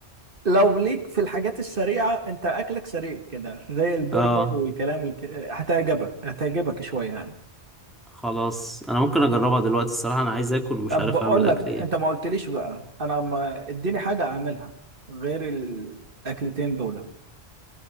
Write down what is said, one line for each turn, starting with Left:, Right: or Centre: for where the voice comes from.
Right: لو ليك في الحاجات السريعة انت اكلك سريع كده زي البرجر
Centre: اه
Right: والكلام الك... هتعجبك هتعجبك شوية يعني
Centre: خلاص انا ممكن اجربها دلوقتي الصراحة انا عايز اكل ومش
Right: طب
Centre: عارف
Right: بقول
Centre: اعمل
Right: لك
Centre: اكل ايه
Right: انت ما قلتليش بقى انا ما اديني حاجة اعملها غير الاكلتين دول